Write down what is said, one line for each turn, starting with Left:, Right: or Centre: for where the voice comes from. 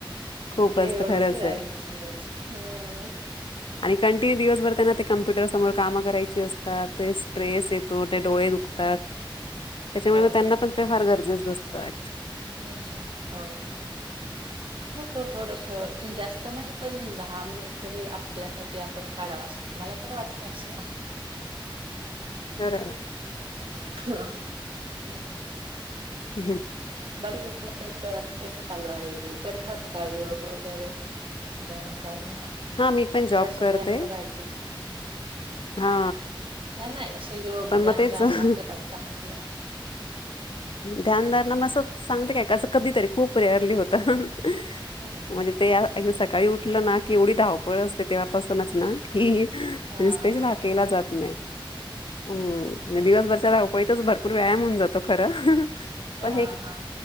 Left: खूप
Right: हे
Left: असतं
Right: एवढं
Left: खरंच
Right: करायचंच
Left: आहे.
Right: हम्म
Left: आणि कंटिन्यू दिवसभर त्यांना ते कम्प्युटर समोर कामं करायची असतात ते स्ट्रेस येतो ते डोळे दुखतात त्याच्यामुळे
Right: हो
Left: मग त्यांना पण ते फार गरजेचं नसतं
Right: हम्म हम्म हो हम्म कसं थोडसं जास्त नाही पण दहा मिनिट तरी आपल्यासाठी आपण काढावाच मला तर वाटतं असं
Left: बरं
Right: ह हम्
Left: हम् हम्
Right: बाकी तुमच्या इथं कसं चालू आहे करतात का योग वगैरे ध्यान धारणा
Left: हा मी पण जॉब
Right: थोडासा
Left: करते
Right: व्यायाम करायचा जरा
Left: हा
Right: नाही नाही असं योग
Left: पण
Right: ध्यान
Left: मग तेच
Right: धारणा
Left: हा
Right: करतात का म्हटलं
Left: ध्यान धारणा मग सांगते काय... असं कधीतरी खूप रेअरली होतं
Right: हम्म
Left: म्हणजे ते <inaudible> सकाळी उठलं ना की एवढी धावपळ असते तेव्हापासूनच ना की
Right: हा
Left: <inaudible>
Right: हा
Left: केला जात नाही हम्म दिवसभरच्या धावपळीतच भरपूर व्यायाम होऊन जातो खरं
Right: हा
Left: पण हे
Right: हा